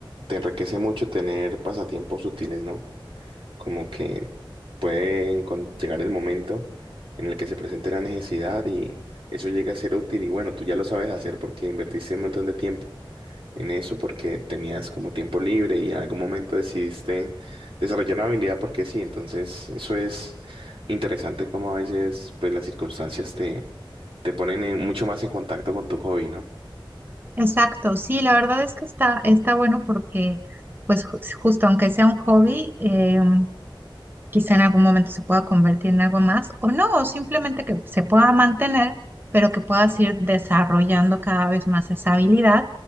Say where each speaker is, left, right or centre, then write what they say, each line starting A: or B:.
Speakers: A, on the right; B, on the right.
A: te enriquece mucho tener pasatiempos útiles, ¿no? como que puede encon- llegar el momento en el que se presente la necesidad y eso llega a ser útil y bueno, tú ya lo sabes hacer porque invertiste un montón de tiempo en eso porque tenías como tiempo libre y en algún momento decidiste desarrollar una habilidad porque sí, entonces eso es interesante como a veces pues las circunstancias te, te ponen en- mucho más en contacto con tu hobby, ¿no?
B: Exacto, sí, la verdad es que está, está bueno porque, pues, ju- justo aunque sea un hobby, em, quizá en algún momento se pueda convertir en algo más o no, o simplemente que se pueda mantener, pero que puedas ir desarrollando cada vez más esa habilidad